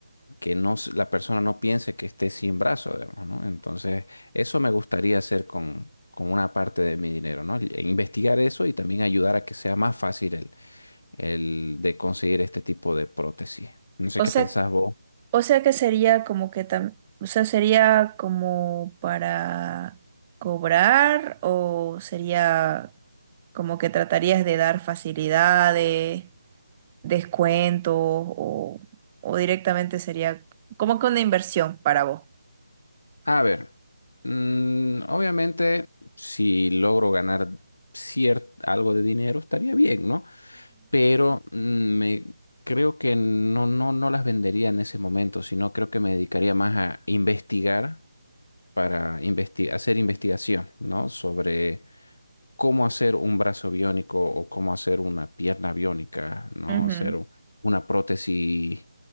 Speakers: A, on the left (about 65°); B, on the right (about 20°).
A: que no, s- la persona no piense que esté sin brazo, digamos, ¿no? Entonces, eso me gustaría hacer con, con una parte de mi dinero, ¿no? E Investigar eso y también ayudar a que sea más fácil el, el de conseguir este tipo de prótesis. No sé
B: O
A: qué
B: sea,
A: pensás vos.
B: O sea que sería como que tam, o sea, sería como para cobrar o sería como que tratarías de dar facilidades, descuentos o, o directamente sería como que una inversión para vos.
A: A ver, mm, obviamente, si logro ganar cier- algo de dinero, estaría bien, ¿no? Pero mm, me... Creo que no, no, no las vendería en ese momento, sino creo que me dedicaría más a investigar para investi- hacer investigación, ¿no? Sobre cómo hacer un brazo biónico o cómo hacer una pierna biónica, ¿no?
B: Ujú, ujú.
A: Hacer u- una prótesis